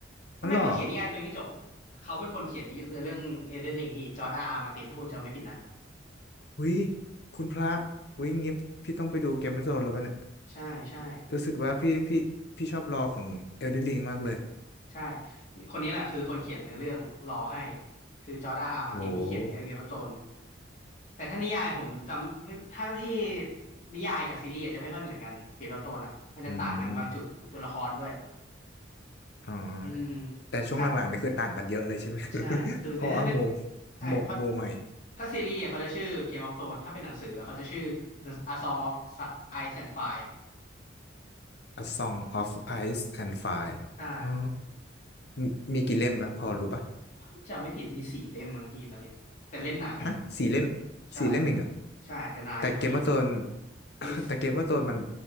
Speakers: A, on the left; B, on the left.
A: อ๋อเหรอ
B: ไม่มาเขียนนิยายตัวเองให้จบเขาเป็นคนเขียนนี้เรื่อง Elden Ring พี่จอร์จอาร์อาร์มาร์ตินถ้าคุณจำไม่ผิดนะ
A: หุยคุณพระหุยงี้พี่ต้องไปดูเกมออฟโธรนส์แล้วปะเนี่ย
B: ใช่ใช่
A: รู้สึกว่าพี่พี่พี่ชอบรอของเอลเดนริงมากเลย
B: ใช่คนนี้แหละคือคนเขียนเนื้อเรื่องรอให้คือจอร์จอาร์อาร์มาร์ตินที่เขียนเดอะเกมโธน
A: โอ้โห
B: แต่ถ้านิยายผมจำถ้าที่นิยายกับซีรีส์อาจจะไม่ค่อยเหมือนกันเกมโธนอ่ะมันจะต่างกันบางจุดตัวละครด้วย
A: อืมอ๋อ
B: อืม
A: แต่ช่วงหลังๆนี่คือต่างกันเยอะเลยใช่ไหม
B: ถ้า ใช่คือในถ้าเป็น
A: <laughs> เพราะว่าโม
B: ใช่เพราะ
A: โมโมใหม่
B: ถ้าซีรีส์เขาจะชื่อ Game of Thrones ถ้าเป็นหนังสือเขาจะชื่อ The A Song of Ice and Fire
A: A Song of Ice and Fire
B: ใช่
A: อ๋อมมีกี่เล่มแล้วพอรู้ปะ
B: ผมจำไม่ผิดมีสี่เล่มบางทีตอนนี้แต่เล่มหนาอยู่นะ
A: ฮะสี่เล่ม
B: ใช่
A: สี่เล่มเองเหรอ
B: ใช่แต่หนาอยู่นะพี่
A: แต่เกมว่าโตน <laughs>
B: นี่
A: แต่เกมว่าโตนมัน